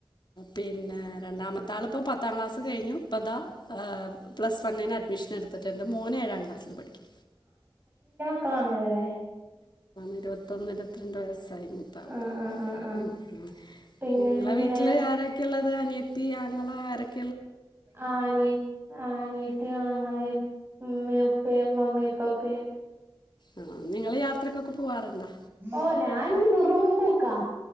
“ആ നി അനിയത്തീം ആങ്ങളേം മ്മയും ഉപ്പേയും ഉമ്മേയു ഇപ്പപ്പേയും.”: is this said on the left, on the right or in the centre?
Right